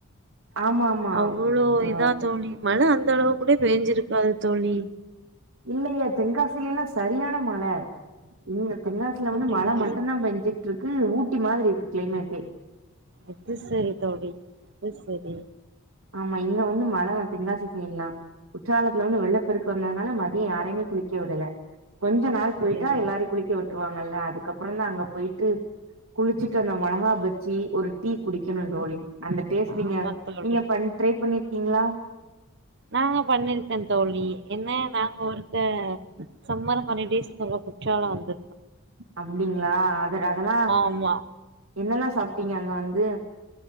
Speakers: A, on the right; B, on the right.
A: ஆமா ஆமா
B: அவ்ளோ
A: ஆ
B: இதா தோழி மழ அந் இந்தளயு கூட பேஞ்சிருக்காது தோழி
A: இல்லயே தென்காசியிலேல்லா சரியான மழ ம் தென்காசியிலவந்து
B: அப்படியா
A: மழ மட்டுந்தா பெஞ்சிட்ருக் கு ஊட்டி மாரி இருக்கு க்ளைமேட்டே
B: அது சரி தோடி அது சரி
A: ஆமா இங்க வந்து மழதா தென்காசி சைடெல்லா குற்றாலத் துல வெள்ளப் பெருக்கு வந்ததுனால மதிய யாரையுமே குளிக்க விடல கொஞ்ச
B: அப்படியா
A: நாள் போயிட்டா எல்லாரையு குளிக்க விட்டுருவாங்கல்ல அதுக்கப்புற தா அங்க போயிட்டு குளிச்சுட்டு அந்த மொளகா பச்சி ஒரு டீ குடிக்குணு தோழி அந்த டேஸ்ட்
B: ஆமா
A: இங்க
B: தோழி
A: நீங்க பன் ட்ரை பண்ணி கிங்ளா
B: நாங்க பண்ணிருக்கே தோழி என்ன நாங்க ஒருத்த சம்மர் ஹாலிடேஸ் சொல்ல குற்றால வந்து
A: அப்டிங்களா அத அதரா
B: ஆமா
A: என்னல்லா சாப்ட்டீங்க அங்க வந்து